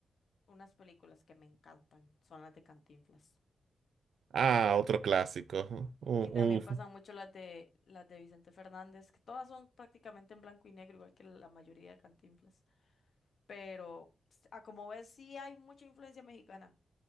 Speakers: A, on the left; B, on the right.
A: unas películas que me encantan son las de Cantinflas.
B: Ah, otro clásico. U-
A: Y también
B: uf.
A: pasan mucho las de las de Vicente Fernández, que todas son prácticamente en blanco y negro, igual que la mayoría de Cantinflas. Pero s- a como ves, sí hay mucha influencia mexicana.